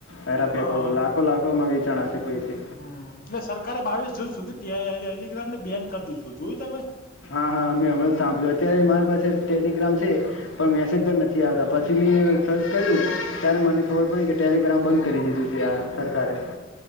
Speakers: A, on the left; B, on the left.
A: પેરા
B: હા
A: પેપર
B: હા
A: લાખો લાખોમાં વેચાણા પૈસે
B: હમ એટલે સરકારે બાવીસ જૂન સુધી ટે ટે ટે ટેલીગ્રામ ને બેન કરી દીધું જોયું તમે.
A: હા હા મેં હમણાં જ સાંભળ્યું અત્યારે મારી પાસે ટેલિગ્રામ છે. પણ મેસેજ પણ નથી આવતા પછી મે સર્ચ કર્યું ત્યારે મને ખબર પડી કે ટેલિગ્રામ બધ. કરી દીધું છે આ સરકારે.